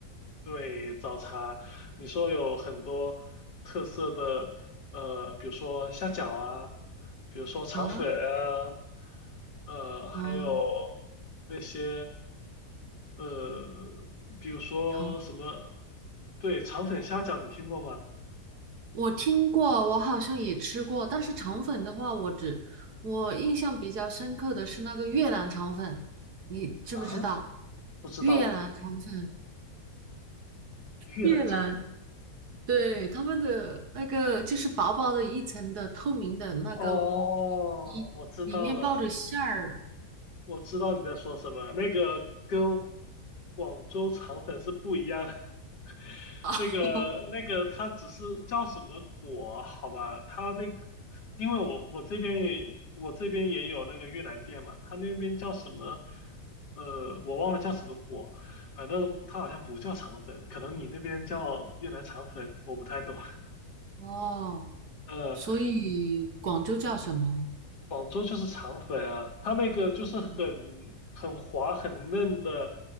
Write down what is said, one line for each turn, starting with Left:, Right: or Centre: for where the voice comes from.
Left: 对，早茶，你说有很多特色的，呃，比如说虾饺啊，比如说肠粉啊，
Right: 啊，
Left: 呃，还有
Right: 嗯，
Left: 那些，呃，比如说什么，
Right: 重。
Left: 对，肠粉虾饺你听过吗？
Right: 我听过，我好像也吃过，但是肠粉的话，我只我印象比较深刻的是那个越南肠粉，你知不知道？
Left: 啊，不知道，
Right: 越南肠粉，
Left: 越南肠粉。
Right: 越南，对，他们的那个就是薄薄的一层的透明的那个
Left: 哦，
Right: 皮，
Left: 我知道了，
Right: 里面包着馅儿。
Left: 我知道你在说什么，那个跟广州肠粉是不一样的。<laughs>
Right: <laughs>
Left: 那个那个，它只是叫什么果？好吧，它那个，因为我我这边也我这边也有那个越南店嘛，它那边叫什么？呃，我忘了叫什么果，反正它好像不叫肠粉，可能你那边叫越南肠粉，我不太懂。<laughs>
Right: 哦，
Left: 呃，
Right: 所以广州叫什么？
Left: 广州就是肠粉啊，它那个就是很很滑很嫩的，
Right: 嗯，